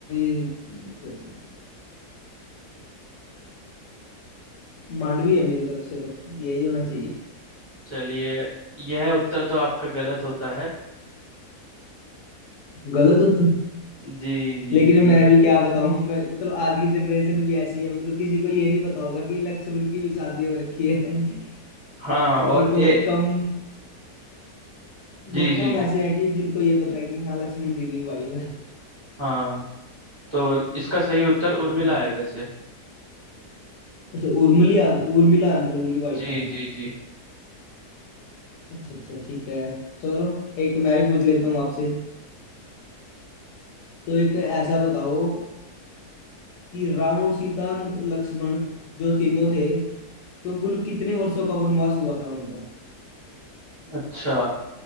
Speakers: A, on the left (about 85°); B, on the right (about 35°).
A: सोच रहा हूँ मांडवी है मेरी तरफ से तो यही होना चाहिए
B: चलिए यह उत्तर तो आपका गलत होता है
A: गलत हो तो-
B: जी जी
A: लेकिन
B: जी
A: मैं भी क्या बताऊं मैं मतलब आज की जनरेशन भी ऐसी है मतलब किसी को ये नहीं पता होगा कि लक्ष्मण की भी शादी हो रखी है <laughs>
B: हाँ
A: मतलब
B: और
A: बहुत
B: ए
A: कम
B: जी
A: बहुत
B: जी
A: कम ऐसे हैं कि जिनको ये पता है कि हाँ लक्ष्मण जी की वाइफ है
B: हाँ तो इसका सही उत्तर
A: उ-
B: उर्मिला
A: हाँ
B: है वैसे
A: अच्छा उर्मिला उर्मिला है मतलब उनकी वाइफ
B: जी
A: का नाम
B: जी जी
A: अच्छा अच्छा ठीक है चलो एक मैं भी पूछ लेता हूँ आपसे तो एक ऐसा बताओ कि राम और सीता मत- लक्ष्मण जो तीनों थे तो कुल कितने वर्षों का वनवास हुआ था उनका
B: अच्छा